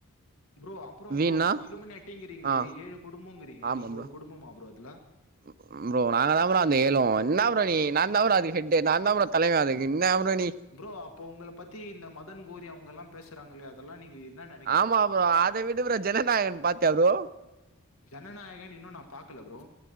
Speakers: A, on the left; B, on the right.
A: ப்ரோ அப்றோ
B: வீன்னா
A: ப்ரோ இலுமினாட்டிங்கிறீங்ளே
B: ஆ
A: ஏழு குடும்பங்கிறீங்க
B: ஆமா
A: நீங்க
B: ப்ரோ
A: ஒரு குடும்பமா ப்ரோ அதுல
B: <unintelligible> ப்ரோ நாங்க தா ப்ரோ அந்த ஏழு என்ன ப்ரோ நீ நாந்தா ப்ரோ அதுக்கு ஹெட்டு நாந்தா ப்ரோ தலைவன் அதுக்கு என்ன ப்ரோ நீ
A: ப்ரோ அப்போ உங்கள பத்தி இந்த மதன் கௌரி அவங்கல்லா பேசுறாங்களே இதெல்லா நீங்க என்னன
B: ஆமா ப்ரோ அத விடு ப்ரோ ஜனநாயகன் பாத்தியா ப்ரோ
A: ஜனநாயகன் இன்னு நா பாக்கல ப்ரோ